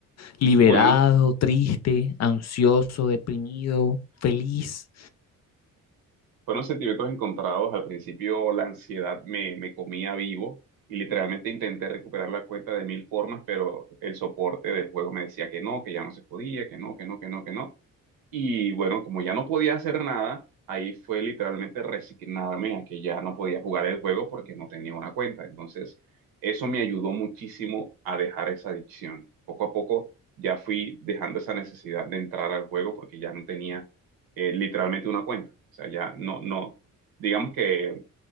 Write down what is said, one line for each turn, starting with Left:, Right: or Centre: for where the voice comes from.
Left: liberado,
Right: Bueno,
Left: triste, ansioso, deprimido, feliz.
Right: fueron sentimientos encontrados. Al principio la ansiedad me, me comía vivo y literalmente intenté recuperar la cuenta de mil formas, pero el soporte del juego me decía que no, que ya no se podía, que no, que no, que no, que no. Y bueno, como ya no podía hacer nada, ahí fue literalmente resignarme a que ya no podía jugar el juego porque no tenía una cuenta. Entonces, eso me ayudó muchísimo a dejar esa adicción. Poco a poco ya fui dejando esa necesidad de entrar al juego porque ya no tenía eh, literalmente una cuenta. O sea, ya no, no, digamos que